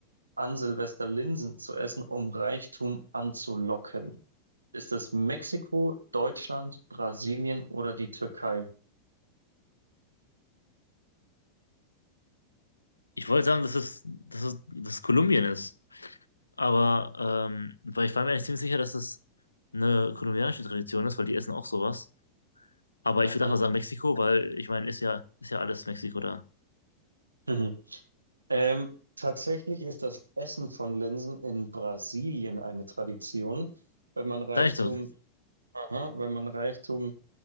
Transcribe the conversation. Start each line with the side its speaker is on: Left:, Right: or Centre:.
Right: an Silvester Linsen zu essen, um Reichtum anzulocken? Ist es Mexiko, Deutschland, Brasilien oder die Türkei?
Left: Ich wollte sagen, dass es, dass es, dass es Kolumbien ist. Aber ähm, weil ich war mir eigentlich ziemlich sicher, dass es eine kolumbianische Tradition ist, weil die essen auch sowas. Aber
Right: Mhm.
Left: ich würde einfach sagen Mexiko, weil ich meine, ist ja, ist ja alles Mexiko da.
Right: Mhm. Ähm, tatsächlich ist das Essen von Linsen in Brasilien eine Tradition, wenn man Reichtum,
Left: Sag ich doch.
Right: aha, wenn man Reichtum